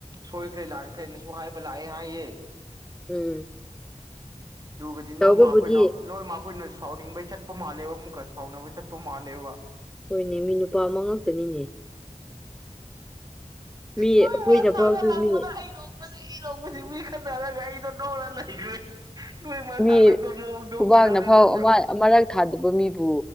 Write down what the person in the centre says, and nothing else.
ꯎꯝ
ꯇꯧꯕꯕꯨꯗꯤ
ꯍꯣꯏꯅꯦ ꯃꯤ ꯅꯨꯄꯥ ꯑꯃ ꯉꯥꯛꯇꯅꯤꯅꯦ ꯃꯤ
ꯑꯩꯈꯣꯏꯗꯐꯥꯎꯁꯨ
ꯃꯤ
ꯃꯤ
ꯈꯨꯕꯥꯛꯅ
ꯐꯥꯎ
ꯑꯃ ꯑꯃꯔꯛ ꯊꯥꯗꯕ ꯃꯤꯕꯨ